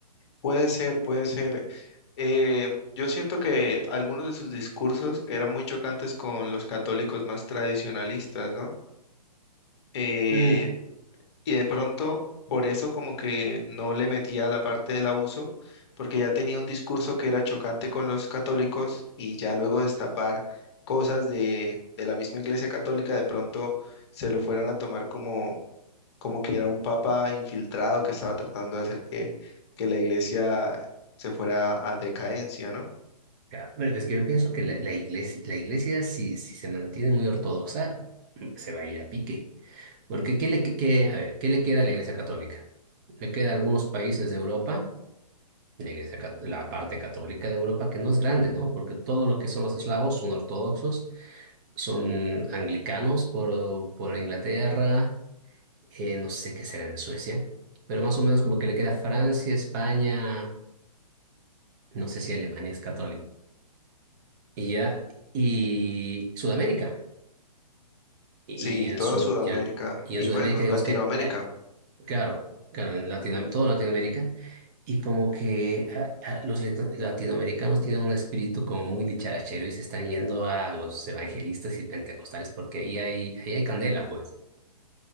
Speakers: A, on the left; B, on the right.
A: Puede ser, puede ser. Eh, yo siento que algunos de sus discursos eran muy chocantes con los católicos más tradicionalistas, ¿no? Eh,
B: Mm,
A: y de pronto, por eso como que no le metía la parte del abuso, porque ya tenía un discurso que era chocante con los católicos y ya luego destapar cosas de, de la misma Iglesia Católica, de pronto se lo fueran a tomar como como que era un papa infiltrado que estaba tratando de hacer que, que la iglesia se fuera a decadencia, ¿no?
B: claro. Bueno, es que yo pienso que la, la iglesia, la iglesia si, si se mantiene muy ortodoxa, mm, se va a ir a pique. Porque ¿qué le, que- que- a ver, ¿qué le queda a la Iglesia Católica? Le queda a algunos países de Europa, la iglesia cat- la parte católica de Europa, que no es grande, ¿no? Porque todo lo que son los eslavos son ortodoxos, son anglicanos por, por Inglaterra, eh, no sé qué será en Suecia, pero más o menos como que le queda Francia, España, no sé si Alemania es católico, y ya, y Sudamérica. Y
A: Sí,
B: en,
A: toda
B: Sud-
A: Sudamérica
B: y en, y
A: y
B: en Sudamérica
A: pues no,
B: digamos
A: Latinoamérica.
B: que... eh, Claro, claro, en Latino- todo Latinoamérica. Y como que ah, ah, los leto- latinoamericanos tienen un espíritu como muy dicharachero y se están yendo a los evangelistas y pentecostales porque ahí hay, ahí hay candela, pues.